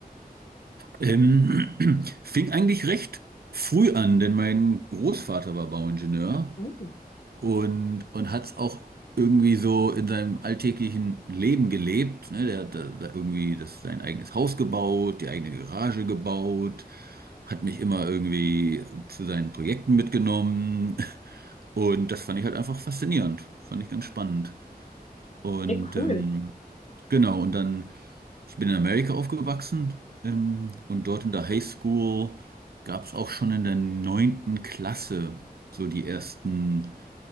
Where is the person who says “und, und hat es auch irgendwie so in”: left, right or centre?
Right